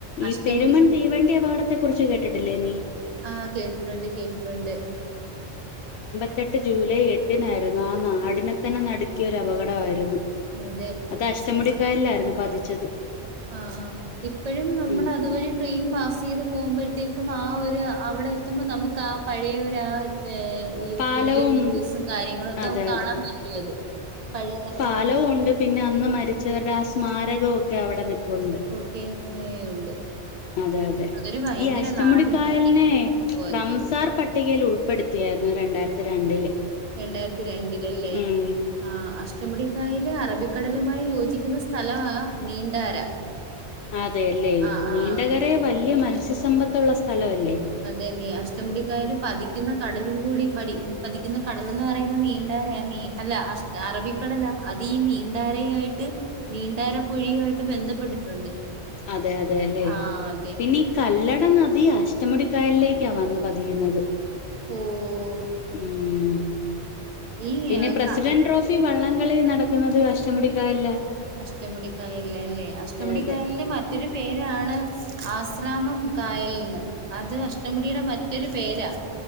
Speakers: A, on the left; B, on the right.
A: ഈ
B: അഷ്ടമുടി
A: പെരുമൻ തീവണ്ടി അപകടത്തെ കുറിച്ച് കേട്ടിട്ടില്ലേ നീ
B: ആഹ് കേട്ടിട്ടുണ്ട് കേട്ടിട്ടുണ്ട്
A: ട്ട് ജൂലൈ എട്ടിനായിരുന്നു ആ നാടിനെ തന്നെ നടുക്കിയ ഒരു അപകടമായിരുന്നു
B: അതെ
A: അത് അഷ്ടമുടിക്കായില്ലായിരുന്നു
B: ആ
A: പതിച്ചത്
B: ആ ആ ഇപ്പോഴും നമ്മൾ
A: ഉം
B: അതുവഴി ട്രെയിൻ പാസ് ചെയ്ത് പോകുമ്പോഴത്തേക്കും ആ ഒരു അവിടെ എത്തുമ്പോൾ നമുക്ക് ആ പഴയൊരാ ആ.. യൂട്യൂബിലെ
A: പാലവും
B: വീഡിയോസും കാര്യങ്ങളും ഒക്കെ
A: അതെ
B: കാണാൻ പറ്റും അത് പഴയതാല
A: ഫലവും ഉണ്ട് പിന്നെ അന്ന് മരിച്ചവരുടെ ആ സ്മാരകവും ഒക്കെ അവിടെ നി പ്പുണ്ട്
B: ക്കെഏ ഉണ്ട്
A: അതെ അതെ
B: അതൊരു ഭയങ്കര
A: ഈ അഷ്ടമുടിക്കായലിൻ
B: നാടിന് അതിഥിയ സംഭവമായിരുന്നു
A: റംസാർ പ പട്ടികയിൽ ഉൾപ്പെടുത്തിയായിരുന്നു രണ്ടായിരത്തി രണ്ടില്
B: രണ്ടായിരത്തി രണ്ടിലല്ലേ
A: ഉം
B: ആഹ് അഷ്ടമുടിക്കായല് അറബിക്കടലുമായി യോജിക്കുന്ന സ്ഥലമാ നീണ്ടാര
A: അതെയല്ലേ
B: ആ
A: നീണ്ടകര
B: ആ
A: വലിയ മത്സ്യസമ്പത്തുള്ള സ്ഥലം അല്ലേ
B: അതെ നീ അഷ്ടംമുടിക്കായല് പതിക്കുന്ന കടലും കൂടി പടി പതിക്കുന്ന കടലന്ന് പറയുന്ന നീണ്ടര നീ അല്ല അഷ അറബിക്കടല അല്ല അതീഈ നീന്താരയ ആയിട്ട് നീണ്ടാര പൊഴിയുമായിട്ട് ബന്ധപ്പെട്ടിട്ടുണ്ട്
A: അതെ അതെ ല്ലെ
B: ആ അതെ
A: പിന്നീ കല്ലട നദി അഷ്ടമുടിക്കായലിലേക്കാ വന്ന് പതിന്നത്
B: ഓഹ്
A: ഉം
B: ഈ
A: പിന്നെ
B: ആ,
A: പ്രസിഡന്റ്
B: ക
A: ഓഫ് ഫി വള്ളംകളി നടക്കുന്നത് കഷ്ടംമു ടിക്കായല്ല
B: അഷ്ടമുടിക്കായല്ല അല്ലേ അഷ്ടമുടിക്കായല്ലേ
A: അതെ
B: മാറ്റ മറ്റൊരു പേരാണ് ആശ്രാമം കായലന്ന് അത് അഷ്ടമുടിയുടെ മറ്റൊരു പേരാ